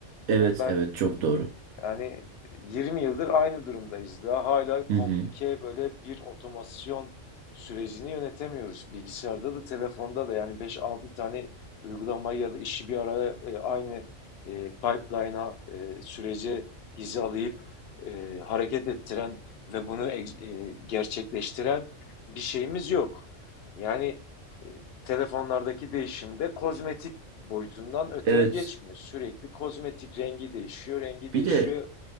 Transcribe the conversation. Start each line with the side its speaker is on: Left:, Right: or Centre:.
Right: Evet
Left: Yani ben
Right: evet çok doğru.
Left: yani 20 yıldır aynı durumdayız. Daha hala
Right: Hı
Left: komplike
Right: hı.
Left: böyle bir otomasyon sürecini yönetemiyoruz. Bilgisayarda da telefonda da yani 5-6 tane uygulamayı ya da işi bir araya e, aynı e, pipeline'a e, sürece hizalayıp e, hareket ettiren ve bunu e, e, gerçekleştiren bir şeyimiz yok. Yani e, telefonlardaki değişimde kozmetik boyutundan öteye
Right: Evet.
Left: geçmiyor. Sürekli kozmetik rengi değişiyor, rengi
Right: Bir
Left: değişiyor,
Right: de